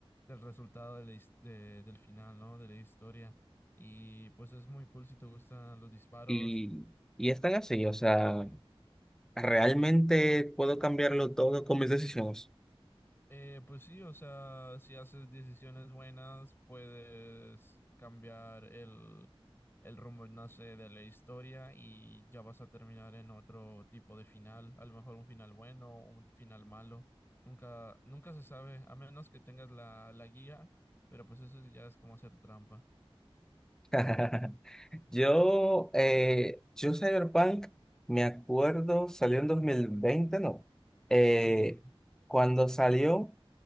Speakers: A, on the left; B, in the centre.
A: del resultado de la his- de- del final, ¿no? De la historia. Y pues es muy cool si te gustan los disparos.
B: Y, y es tan así, o sea, ¿realmente puedo cambiarlo todo con mis decisiones?
A: Eh, pues sí, o sea, si haces decisiones buenas, puedes cambiar el, el rumbo, no sé, de la historia y ya vas a terminar en otro tipo de final, a lo mejor un final bueno o un final malo, nunca, nunca se sabe, a menos que tengas la, la guía, pero pues eso ya es como hacer trampa.
B: <laughs> Yo, eh, yo Cyberpunk, me acuerdo, salió en dos mil veinte ¿no? Eh,
A: Sí,
B: cuando salió,